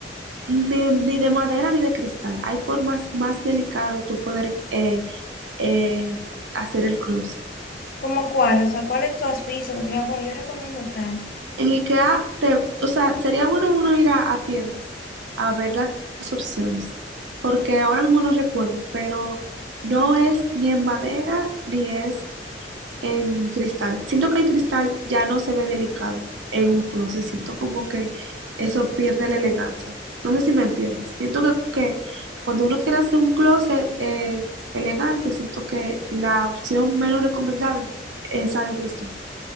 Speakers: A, on the right; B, on the left.
A: Ni, ni de madera ni de cristal. Hay formas más delicadas de tu poder eh, eh, hacer el closet.
B: ¿Cómo cuál? O sea, ¿cuál es tu aviso que te diga, bueno, yo recomiendo tal?
A: En IKEA, te, o sea, sería bueno uno ir a, a tiendas a ver las, las opciones, porque ahora mismo no recuerdo, pero no es ni en madera ni es en cristal. Siento que el cristal ya no se ve delicado en un closet. Siento como que eso pierde la elegancia. No sé si me entiendes. Siento que, que cuando uno quiere hacer un closet eh, elegante, siento que la opción menos recomendable es esa de cristal.